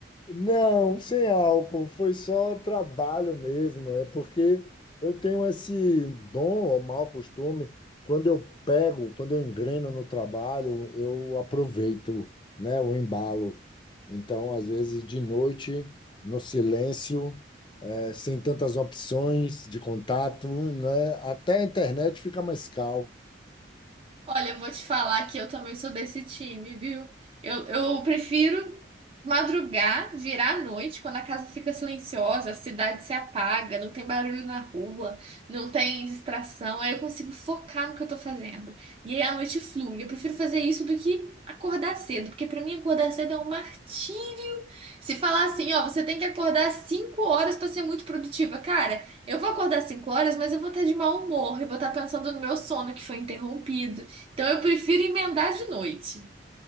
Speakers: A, on the left; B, on the right.
A: Não, sem álcool, foi só trabalho mesmo. É porque eu tenho esse bom ou mau costume, quando eu pego, quando eu engreno no trabalho, eu aproveito, né, o embalo. Então, às vezes, de noite, no silêncio, eh, sem tantas opções de contato, né, até a internet fica mais calma.
B: Olha, eu vou te falar que eu também sou desse time, viu? Eu, eu prefiro madrugar, virar a noite, quando a casa fica silenciosa, a cidade se apaga, não tem barulho na rua, não tem distração, aí eu consigo focar no que eu tô fazendo. E aí a noite flui. Eu prefiro fazer isso do que acordar cedo, porque pra mim acordar cedo é um martírio. Se falar assim, ó, você tem que acordar às 5 horas pra ser muito produtiva. Cara, eu vou acordar às 5 horas, mas eu vou estar de mau humor, eu vou estar pensando no meu sono que foi interrompido. Então eu prefiro emendar de noite.